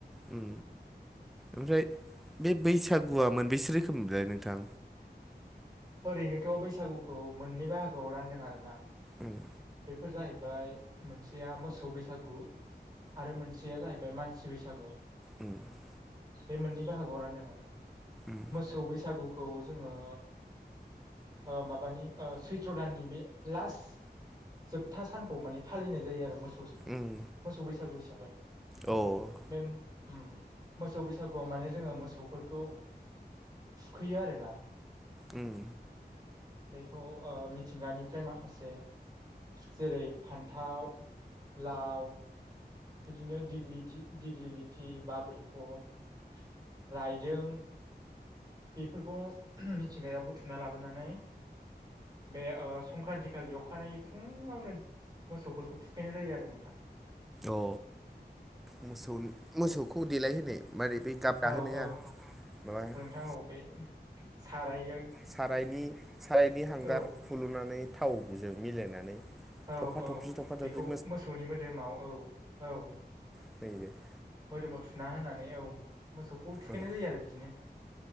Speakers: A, in the centre; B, on the right.
A: उम ओमफ्राय बे बैसागुआ मोनबेसे रोखोम मोनलाय नोंथां
B: ओरैनोथ' बैसागुखौ मोननै बाहागोआव रानदों आरो ना
A: उम
B: बेफोर जाहैबाय मोनसेया मोसौ बैसागु आरो मोनसेया जाहैबाय मानसि बैसागु
A: उ <unintelligible>
B: बे मोननै बाहागोआव रानदों आरो
A: उम
B: मोसौ बैसागुखौ जोङो ओ माबानि ओ सैथ्र' दाननि बे लास्ट जोबथा सानखौ माने फालिनाय जायो आरो मोसौ
A: उम
B: मोसौ बैसागु हिसाबै
A: अ उम
B: बे उम मोसौ बैसागुआव माने जोङो मोसौफोरखौ थुखैयो आरो ना
A: उम
B: बेखौ ओ मिथिंगानिफ्राय माखासे जेरै फान्थाव लाव बिदिनो दिग्लिथि दिग्लिलिथि बाब्रिखब रायदों बेफोरखौ <inaudible> मिथिंगायाव बुथुमना लाबोनानै बे ओ संक्रान्ति खालि अखानायै फुङावनो मोसौफोरखौ थुखैनाय जायो आरो नोंथां
A: अ मोसौ मोसौखौ देलायहोनाय माने बे गाब गाहोनाया
B: नोंथां औ औ
A: माबा <unintelligible>
B: औ बे साराय
A: सारायनि सारायनि हांगार
B: औ
A: हुलुनानै थावजों मिलायनानै
B: औ
A: थफा
B: औ
A: थफि थफा थफि
B: बेखौ मोसौनि मोदोमाव औ औ
A: जाहैबाय <unintelligible>
B: मोदोमाव थुना होनानै औ मोसौखौ थुखैनाय
A: ओं
B: जायो आरो बिदिनो